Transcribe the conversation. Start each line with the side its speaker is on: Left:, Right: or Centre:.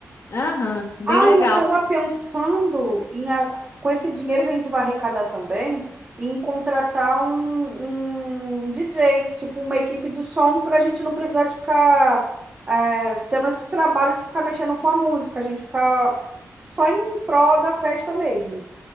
Left: Aham, bem
Right: Ah,
Left: legal.
Right: eu estava pensando em, a- com esse dinheiro que a gente vai arrecadar também, em contratar um, um DJ, tipo uma equipe de som, para a gente não precisar de ficar é, tendo esse trabalho de ficar mexendo com a música, a gente ficar só em prol da festa mesmo,